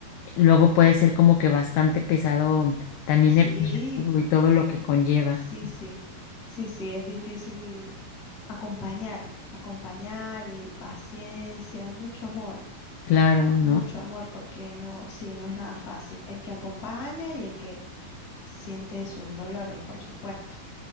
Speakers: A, on the left (about 85°); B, on the left (about 40°).
A: luego puede ser como que bastante pesado también
B: Sí,
A: el cuidado y todo lo que conlleva.
B: sí, sí. Sí, sí, es difícil acompañar, acompañar y paciencia y mucho amor,
A: Claro,
B: mucho
A: ¿no?
B: amor, porque no, sí, no es nada fácil. El que acompaña y el que siente sus dolores, por supuesto.